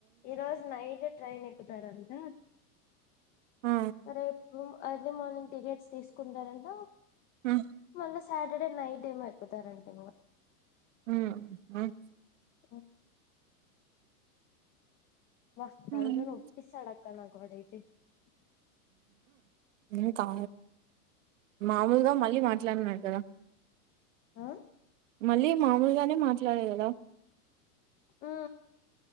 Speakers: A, on the left; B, on the right.
A: ఈ రోజు నైట్ ట్రైన్ ఎక్క్ ఒక్కటరంత
B: ఆ
A: సరే ఇప్పుడు ఎర్లీ మార్నింగ్ టికెట్స్ తీసుకుంటారంట
B: ఆ
A: మల్ల సాట్ సటర్డే నైట్ ఏమో వెళ్ళిపోతారంట ఇంగ
B: హమ్ హ్మ్
A: ఓ వా తలకాయ
B: ఉమ్
A: నొప్పిస్తదక్క నాకు వాడు ఐతే
B: ఇంకా మామూలుగా మళ్ళీ మాట్లాడున్నార కదా
A: ఆ
B: మళ్ళీ మామూలుగానే మాట్లాడేదు కదా
A: ఆ ఆ